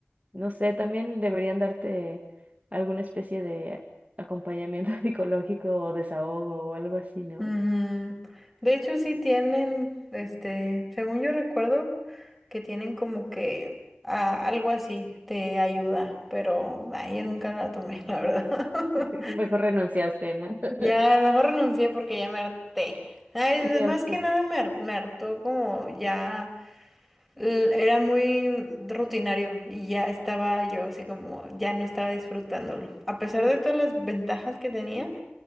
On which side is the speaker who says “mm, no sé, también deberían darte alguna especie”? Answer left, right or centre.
Right